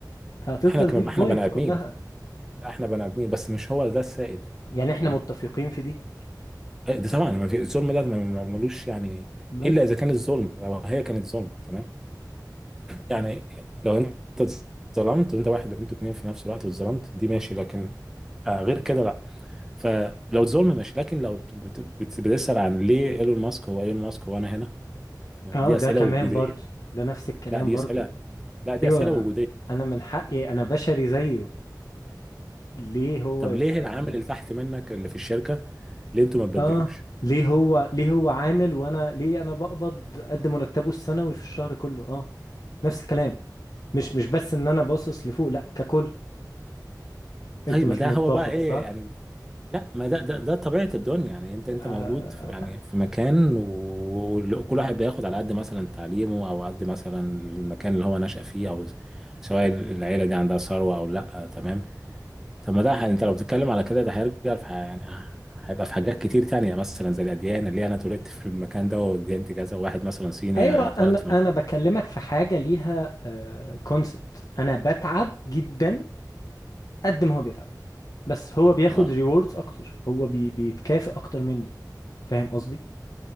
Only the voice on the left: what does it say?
فهتفضل
دي البوينت
كلها
يعني احنا
متفقين في دي
بس
اه
ده
كمان
برضو ده نفس الكلام
برضو
ايوه
انا من حقي انا بشري زيه ليه هو
يبقى
ما...
اه ليه هو ليه هو عامل وانا ليه انا بقبض قد مرتبه السنوي في الشهر كله اه نفس الكلام مش مش بس ان انا باصص لفوق لا ككل
انت مش
متفق
صح
آه...
ايوه
انا
انا بكلمك في حاجه ليها كونسبت انا بتعب جدا قد ما هو بيتعب بس هو بياخد
ريوردز اكتر هو بي بيتكافئ اكتر مني فاهم قصدي